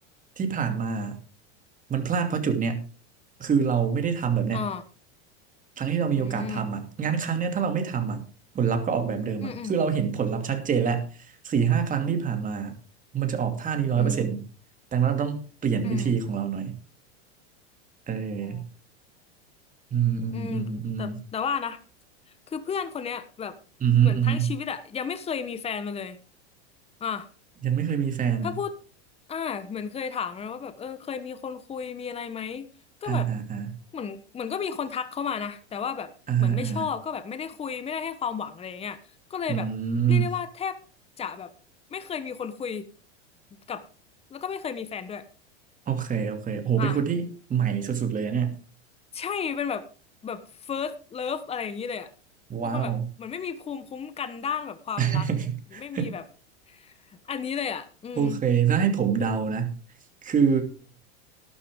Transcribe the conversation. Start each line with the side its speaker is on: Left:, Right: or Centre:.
Right: ที่ผ่านมามันพลาดเพราะจุดเนี้ยคือเราไม่ได้ทำแบบเนี้ย
Left: อ่า
Right: ทั้งที่เรามีโอกาสทำอ่ะงานครั้งเนี้ยถ้าเราไม่ทำอ่ะผลลัพธ์ก็ออกแบบเดิมอ่ะคือเราเห็นผลลัพธ์ชัดเจนแล้ว
Left: อืมอืมอืม
Right: สี่ห้าครั้งที่ผ่านมามันจะออกท่านี้ร้อยเปอร์เซ็นต์
Left: อืม
Right: ดังนั้นเราต้องเปลี่ยนวิธีของเราหน่อย
Left: อืม
Right: เออ
Left: อ๋อ
Right: อืมอืมอืมอืม
Left: อืมแต่แต่ว่านะคือเพื่อนคนเนี้ยแบบเหมือนทั้งชีวิตอะยังไม่เคยมีแฟนมาเลย
Right: อืมอหืม
Left: อ่ะ
Right: ยังไม่เคยมีแฟน
Left: ถ้าพูดอ่าเหมือนเคยถามนะว่าแบบเออเคยมีคนคุยมีอะไรไหมก็แบบ
Right: อ่าอ่าอ่า
Left: เหมือนเหมือนก็มีคนทักเข้ามานะแต่ว่าแบบเหมือนไม่ชอบก็แบบไม่ได้คุยไม่ได้ให้ความหวังอะไรอย่างเงี้ยก็เลยแบบเรียกได้ว่าแทบจะแบบไม่เคยมีคนคุย
Right: อ่าอ่าอืม
Left: กับแล้วก็ไม่เคยมีแฟนด้วย
Right: โอเคโอเคโหเป็นคนที่ใหม่สุดๆเลยนะเนี่ย
Left: อ่ะ ใช่เป็นแบบแบบ first love อะไรอย่างนี้เลยอ่ะ เป็นคนแบบเหมือนไม่มีภูมิคุ้มกันด้านแบบความรัก
Right: ว้าว <laughs>
Left: ไม่มีแบบอันนี้เลยอ่ะ อืม
Right: โอเคถ้าให้ผมเดานะคือ